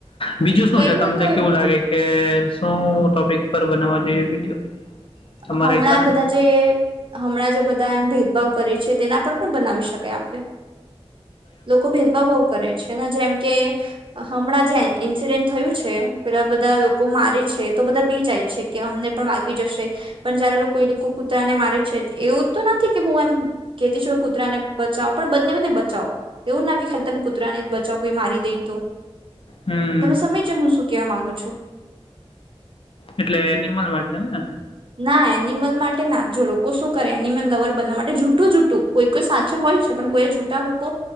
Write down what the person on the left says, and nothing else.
બીજું શું
છે તમને
કેવું લાગે કે શું ટોપિક પર બનાવવા જોઈએ વિડીયો? તમારા
હિસાબે
હમ
એટલે એનિમલ માટે ને.